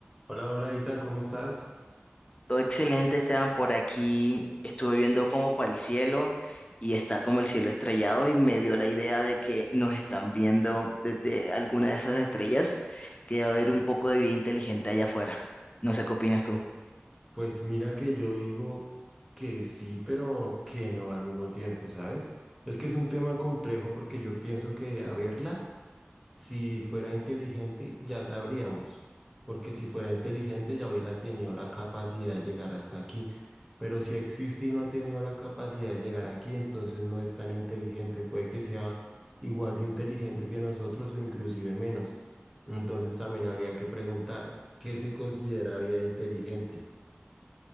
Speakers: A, in the centre; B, on the left.
A: Hola, hola, Itan, ¿cómo estás?
B: Todo excelente, Esteban, por aquí. Estuve viendo como para el cielo y está como el cielo estrellado y me dio la idea de que nos están viendo desde alguna de esas estrellas, que debe haber un poco de vida inteligente allá afuera. No sé qué opinas tú.
A: Pues mira que yo digo que sí, pero que no al mismo tiempo, ¿sabes? Es que es un tema complejo porque yo pienso que a verla. Si fuera inteligente, ya sabríamos, porque si fuera inteligente ya hubiera tenido la capacidad de llegar hasta aquí. Pero si existe y no ha tenido la capacidad de llegar aquí, entonces no es tan inteligente. Puede que sea igual de inteligente que nosotros o inclusive menos. Entonces también habría que preguntar, ¿qué se considera vida inteligente?